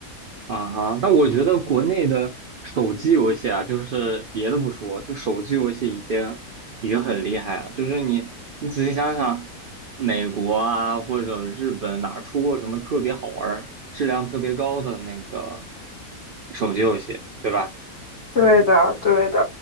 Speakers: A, on the right; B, on the left.
A: 啊哈。但我觉得国内的手机游戏啊，就是别的不说，就手机游戏已经已经很厉害了。就是你你仔细想想，美国啊或者日本哪儿出过什么特别好玩儿、质量特别高的那个手机游戏，对吧？
B: 对的，对的，